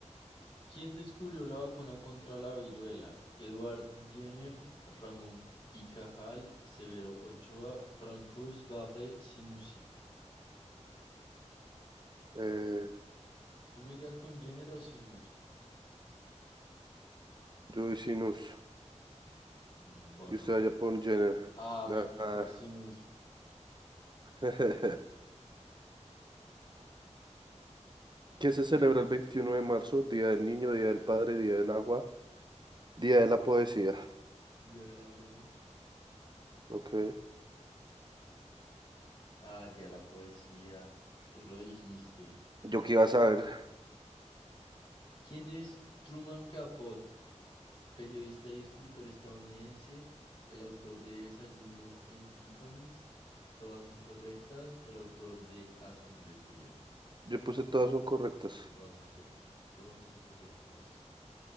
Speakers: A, on the left (about 45°); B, on the right (about 40°).
A: ¿Quién descubrió la vacuna contra la viruela? Edward Jenner, Ramón y Cajal, Severo Ochoa, Francois Barré, Sinussi.
B: eh,
A: Yo me iría con Jenner o Sinussi.
B: Joey Sinus.
A: Bueno,
B: Y usted
A: vamos.
B: allá por Jenner.
A: ah,
B: Ah,
A: me fui
B: ah.
A: por Sinus.
B: <laughs> ¿Qué se celebra el 21 de marzo? Día del niño, día del padre, día del agua, día de la poesía.
A: Día del agua, ¿no?
B: Ok.
A: Ah, día de la poesía. Tú lo dijiste.
B: Yo qué iba a saber.
A: ¿Quién es Truman Capote? Periodista y escritor estadounidense, el autor de Desayuno en Tiffany's, todas son correctas. El autor de A Sangre Fría,
B: Yo puse todas son correctas.
A: todas son corre- todas son correctas.